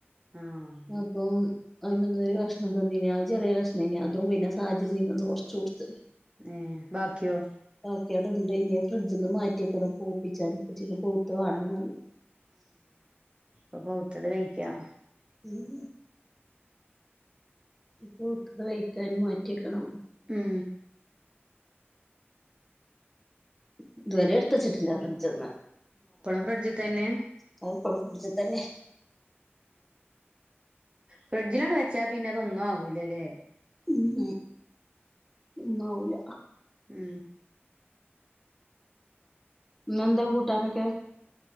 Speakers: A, on the right (about 25°); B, in the centre.
A: ആഹ
B: അപ്പം അതിന് വന്നൊരു കഷ്ണം തന്നീ ചെറിയ കഷ്ണേന അതും പിന്നെ സാഹച്യംന്ന് കുറച്ച്ു കൊടുത്ത്
A: ഏ ബാക്കിയോ
B: നോക്കേട ഇണ്ട് ഇനി ഫ്രിഡ്ജിന്ന് മാറ്റിക്കണം പൂപ്പിച്ചാലും പച്ചക്ക് പൂത്ത് വാടി ഉ
A: അപ്പൊ പോത്തത് കഴിക്കാം
B: ഉം കൂട്ട കഴിക്കാനും മാറ്റിക്കണം
A: ഉം
B: ഇത്വരെ എടുത്ത വച്ചിട്ടില്ല ഫ്രിഡ്ജ ഒന്ന്
A: പളം പ്രറജിത തന്നെ
B: ക ഫഴോഫടുത്ത തന്നെ
A: ഫ്രിഡ്ജിലാണ് വെച്ചാ പിന്നെ അതൊന്നും ആകൂലല്ലേ
B: ഉം ഒന്നാവൂല
A: ഉം
B: നന്താ കൂട്ടാനൊക്കെ